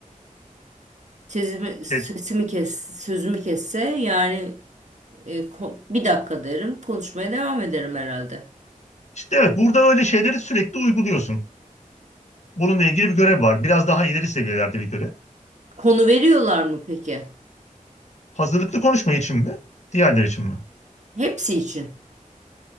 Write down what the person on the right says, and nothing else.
Sesimi, sesimi
kes, sözümü kesse yani E, ko- bir dakika derim. Konuşmaya devam ederim herhalde.
Konu veriyorlar mı peki?
Hepsi için.